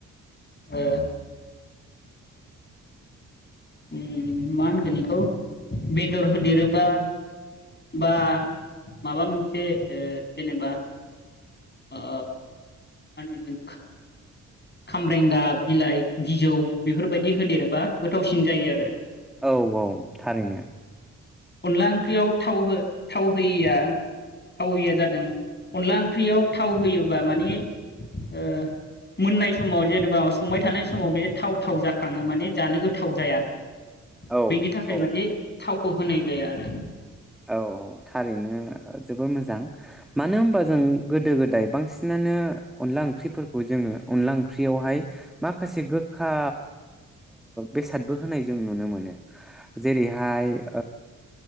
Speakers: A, on the left; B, in the centre.
A: ओ। उम मा होनगोन बेखौ बेदर होदेरोबा बा माबा मोनसे ओ जेनेबा ओ मा होनगोन खामब्रेंगा बिलाइ बिजौ बेफोरबायदि होदेरोबा गोथाव सिन जायो आरो।
B: औ औ थारैनो
A: अनला ओंख्रियाव थाव हो थाव होयैया थाव होयैआ जादों अनला ओंख्रियाव थाव होयोबा माने ओ मोननाय समाव जेनेबा संबाय थानाय समाव बे थाव थाव जाखाङो माने जानो गोथाव जाया।
B: औ
A: बेनि थाखाय
B: औ
A: माने थाव खौ होनाय जाया आरो।
B: अ औ थारैनो जोबोर मोजां मानो होनबा जों गोदो गोदाय बांसिन बिसिनानो अनला ओंख्रिफोरखौ जोङो अनला ओंख्रियावहाय माखासे गोखा बेसादबो होनाय जों नुनो मोनो। जेरैहाय <inaudible>